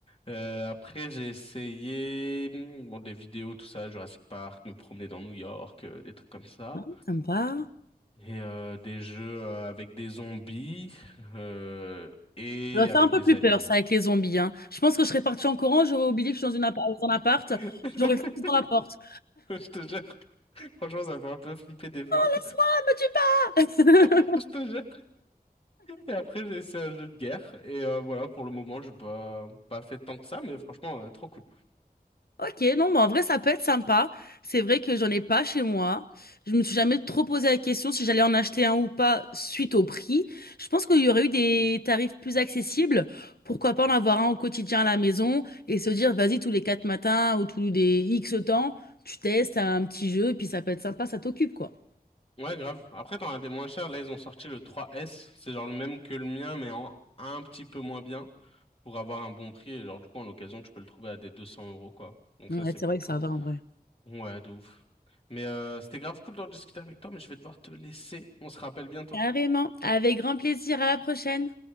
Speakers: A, on the left; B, on the left.
A: Euh, après, j'ai essayé, hmm, bon, des vidéos, tout ça, Jurassic Park, me promener dans New York, euh, des trucs comme ça,
B: Ah, Sympa.
A: et euh, des jeux euh, avec des zombies euh, et
B: Ça va faire
A: avec
B: un peu
A: des
B: plus
A: aliens.
B: peur, ça, avec les zombies. hein. Je pense que je serais partie en courant, j'aurais oublié que je suis dans, une appart- dans un appart,
A: <laughs>
B: j'aurais foutu dans la porte.
A: Je te jure. Franchement, ça me fait un peu flipper des fois.
B: Laisse-moi, me tue pas!
A: <laughs>
B: <laughs>
A: Je te jure. Et après, j'ai essayé un jeu de guerre. Et euh, voilà, pour le moment, j'ai pas, pas fait tant que ça, mais franchement, euh, trop cool.
B: Ok, non, mais en vrai, ça peut être sympa. C'est vrai que j'en ai pas chez moi. Je me suis jamais trop posé la question si j'allais en acheter un ou pas suite au prix. Je pense qu'il y aurait eu des tarifs plus accessibles. Pourquoi pas en avoir un au quotidien à la maison et se dire, vas-y, tous les quatre matins ou tous les X temps, tu testes un petit jeu, puis ça peut être sympa, ça t'occupe, quoi.
A: Ouais, grave. Après, t'en as des moins chers. Là, ils ont sorti le 3S. C'est genre le même que le mien, mais en un petit peu moins bien. Pour avoir un bon prix. Et genre, du coup, en occasion, tu peux le trouver à des 200 euros, quoi. Donc
B: Ouais,
A: ça, c'est
B: c'est
A: plus
B: vrai
A: cool.
B: que ça va en vrai.
A: Ouais, de ouf. Mais euh, c'était grave cool d'en discuter avec toi, mais je vais devoir te laisser. On se rappelle bientôt.
B: Carrément. Avec grand plaisir. À la prochaine.